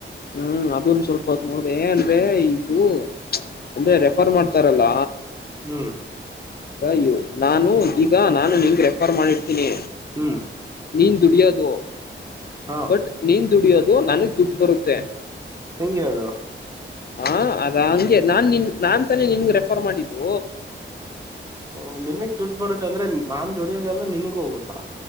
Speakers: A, on the left; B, on the right.
A: ಹ್ಮ್ ಅದನ್ ಸ್ವಲ್ಪ ಹೊತ್ ನೋಡಿದೆ ಏನ್ ಇದು ಅಂದ್ರೆ ರೆಫರ್ ಮಾಡ್ತಾರಲ್ಲ.
B: ಹ್ಮ್
A: ಅಯೂ ನಾನು ಈಗ ನಾನು ನಿಂಗ್ ರೆಫರ್ ಮಾಡ್ತೀನಿ.
B: ಹ್ಮ್
A: ನೀನ್ ದುಡಿಯೋದು
B: ಹಾ
A: ಬಟ್ ನೀನ್ ದುಡಿಯೋದು ನನಗ್ ದುಡ್ಡು ಬರುತ್ತೆ.
B: ಹೆಂಗೆ ಅದು
A: ಹಾ ಅದ ಹಂಗೆ ನಾನ್ ನಿನ್ ನಾನ್ ತಾನೇ ನಿನ್ಗೆ ರೆಫರ್ ಮಾಡಿದೂ.
B: ಓ ನಿನಗ್ ದುಡ್ಡು ಬರುತ್ತೆ ಅಂದ್ರೆ ನಾನ್ ದುಡಿಯೊದೆಲ್ಲ ನಿನಗ ಹೋಗುತ್ತಾ.